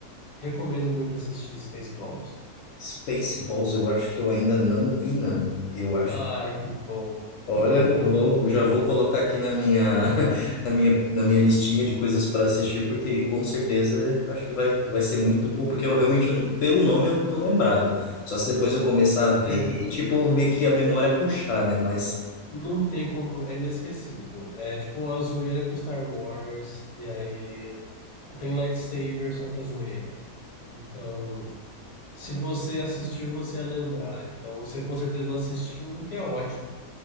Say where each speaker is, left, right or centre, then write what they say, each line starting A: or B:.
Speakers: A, on the left; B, on the left.
A: recomendo muito assistir Spaceballs.
B: Spaceballs eu acho que eu ainda não vi, não. Eu acho
A: Ai, que bom.
B: Olha,
A: Muito bom.
B: eu vou, eu já vou colocar aqui na minha, <laughs> na minha, na minha listinha de coisas para assistir, porque com certeza acho que vai, vai ser muito bom, porque eu realmente, pelo nome, eu não tô lembrado. Só se depois eu começar a ver
A: É,
B: e, tipo, meio que a memória puxar, né? Mas,
A: não tem como, é inesquecível. É tipo a zoeira com Star Wars, e aí tipo, tem lightsaber, só que é zoeira. Então, se você assistiu, você ia lembrar. Então, você com certeza não assistiu, o que é ótimo.